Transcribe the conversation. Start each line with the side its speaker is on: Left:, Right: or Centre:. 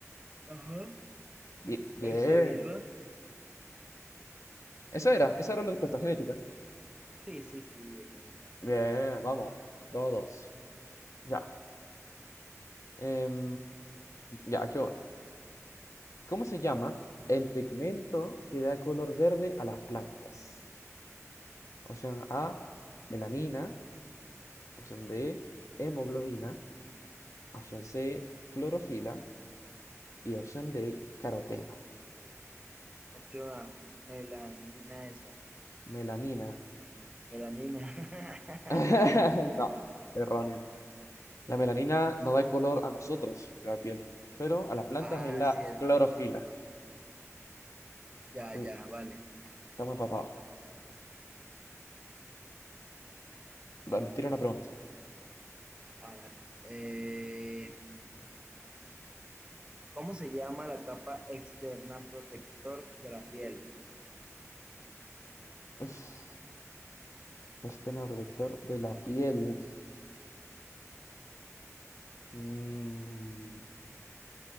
Right: Ajá,
Left: Bien, bien.
Right: esa misma.
Left: Esa era, esa era la respuesta genética.
Right: Sí, sí, sí, esa misma.
Left: Bien, vamos. Dos, dos. Ya. Em, ya, aquí va una. ¿Cómo se llama el pigmento que da color verde a las plantas? Opción A, melanina. Opción B, hemoglobina. Opción C, clorofila. Y opción D, caroteno.
Right: Opción A, melamina esa.
Left: Melanina.
Right: Melanina.
Left: <laughs>
Right: <laughs>
Left: No, erróneo. La melanina no da color a nosotros, la piel, pero a las plantas
Right: Ah,
Left: es la
Right: cierto.
Left: clorofila.
Right: Ya,
Left: Cl-
Right: ya, vale.
Left: Estamos empatados. Dale, tira una pregunta.
Right: Ah, vale. Eh, ¿cómo se llama la capa externa protector de la piel?
Left: Uf, tema protector de la piel. Mm,